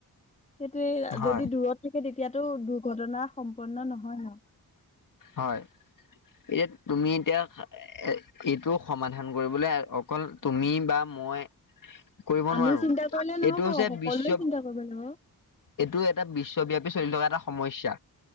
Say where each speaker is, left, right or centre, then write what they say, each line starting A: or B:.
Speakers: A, on the left; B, on the left.
A: সেইটোয়ে
B: হয়
A: যদি দূৰত ত' তেতিয়াতো দুৰ্ঘটনা সম্পন্ন নহয় ন।
B: হয়, এতিয়া তুমি এতিয়া এ, এইটো সমাধান কৰিবলৈ অকল তুমি বা মই কৰিব
A: আমি
B: নোৱাৰোঁ,
A: চিন্তা কৰিলে নহব
B: এইটো হৈছে
A: সকলোৱে
B: বিশ্ব
A: চিন্তা কৰিব লাগিব
B: এইটো এটা বিশ্বব্যাপী চলি থকা এটা সমস্যা।